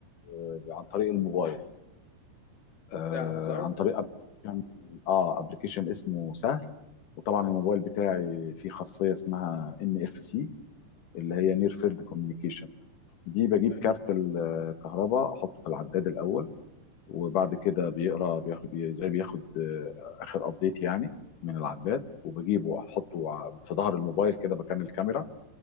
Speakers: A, on the left; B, on the left.
A: آه، عن طريق الموبايل آه
B: سهل صح؟
A: عن طريق ابلكيشن اه ابلكيشن اسمه سهل وطبعا
B: ماشي
A: الموبايل بتاعي فيه خاصيه اسمها ان اف سي اللي هي نير فيلد كوميونيكيشن دي بجيب
B: أيوة.
A: كارت الكهرباء احطه في العداد الاول وبعد كده بيقرا بياخد بي- زي بياخد آه، اخر ابديت يعني من العداد وبجيبه واحطه ع- في ظهر الموبايل كده مكان الكاميرا